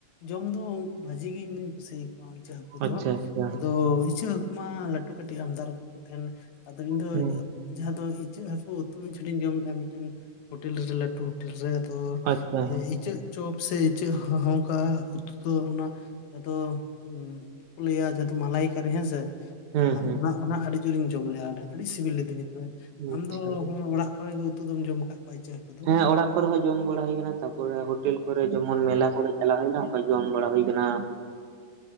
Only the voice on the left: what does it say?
ᱡᱚᱢ ᱫᱚ ᱩᱱᱠᱩ ᱵᱷᱟᱹᱡᱤ ᱜᱮ ᱤᱧ ᱫᱩᱧ ᱠᱩᱥᱤᱭᱟᱠᱚ ᱤᱪᱟᱹᱜ ᱦᱟᱹᱠᱩ
ᱫᱚ
ᱟᱫᱚ ᱤᱪᱟᱹᱜ ᱦᱟᱹᱠᱩ ᱢᱟ ᱞᱟᱹᱴᱩ ᱠᱟᱹᱴᱤᱡ ᱟᱢᱫᱟ ᱨᱚᱠᱚᱢ ᱠᱚ ᱛᱟᱸᱦᱮᱱᱟ᱾ ᱟᱫᱚ ᱤᱧ ᱫᱚ
ᱡᱟᱦᱟᱸ ᱫᱚ ᱤᱪᱟᱹᱜ ᱦᱟᱹᱠᱩ ᱩᱛᱩ ᱢᱤᱜᱪᱷᱚᱴᱤᱧ ᱡᱚᱢᱞᱮᱫᱼᱟ ᱢᱤᱫᱴᱮᱱ ᱦᱳᱴᱮᱞ ᱨᱮ ᱞᱟᱹᱴᱩ ᱦᱳᱴᱮᱞ ᱨᱮ ᱟᱫᱚ
ᱤᱪᱟᱹᱜ ᱪᱚᱯ ᱥᱮ ᱤᱪᱟᱹᱜ ᱦᱚᱦᱚᱝᱠᱟ ᱩᱛᱩ ᱫᱚ ᱚᱱᱟ ᱟᱫᱚ ᱩᱸ ᱠᱚ ᱞᱟᱹᱭᱟ ᱡᱟ ᱫᱚ ᱢᱟᱞᱟᱭᱠᱟᱨᱤ ᱦᱮᱸᱥᱮ,
ᱦᱟ
ᱚᱱᱟ ᱚᱱᱟ ᱟᱹᱰᱤ ᱡᱳᱨᱤᱧ ᱡᱚᱢ ᱞᱮᱜᱼᱟ ᱟᱹᱰᱤ ᱥᱤᱵᱤᱞ ᱞᱤᱫᱤᱧᱟ᱾ ᱛᱚᱵᱮ ᱟᱢ
ᱫᱚ ᱚᱲᱟᱜ ᱠᱚᱨᱮ ᱜᱮ ᱩᱛᱩ ᱫᱚᱢ ᱡᱚᱢ ᱠᱟᱜ ᱠᱚᱣᱟ ᱤᱪᱟᱹᱜ? ᱫᱚ